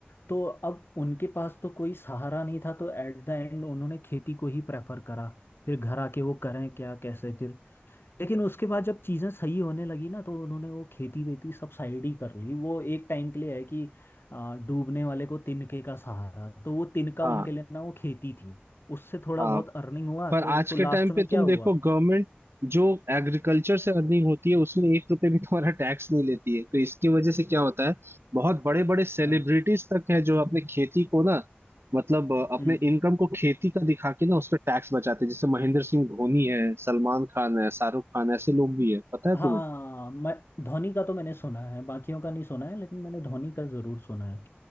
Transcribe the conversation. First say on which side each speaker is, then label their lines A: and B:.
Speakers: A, on the left; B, on the right.
A: तो अब उनके पास तो कोई सहारा नहीं था तो एट द एंड उन्होंने खेती को ही प्रेफर करा फिर घर आके वो करें क्या कैसे फिर लेकिन उसके बाद जब चीज़ें सही होने लगी ना तो उन्होंने वो खेती वेती सब साइड ही कर ली वो एक टाइम के लिए है कि आ, डूबने वाले को तिनके का सहारा तो वो तिनका
B: हाँ
A: उनके लिए ना वो खेती थी उससे थोड़ा
B: हाँ
A: बहुत अर्निंग हुआ
B: पर
A: तो
B: आज
A: तो
B: के
A: लास्ट
B: टाइम
A: में
B: पे
A: क्या
B: तुम
A: हुआ
B: देखो गवर्नमेंट जो एग्रीकल्चर से अर्निंग होती है उसमें एक रुपए भी तुम्हारा टैक्स नहीं लेती है तो इसकी वजह से क्या होता है बहुत बड़े बड़े सेलिब्रिटीज
A: हाँ
B: तक है जो अपने खेती को ना मतलब अ, अपने
A: हम्म,
B: इनकम को खेती का दिखा के ना उस पर टैक्स बचाते हैं जैसे महेंद्र सिंह धोनी है सलमान खान है शाहरुख खान ऐसे लोग भी है पता है
A: हाँ
B: तुम्हें
A: मैं धोनी का तो मैंने सुना है बाकियों का नहीं सुना है लेकिन मैंने धोनी का ज़रूर सुना है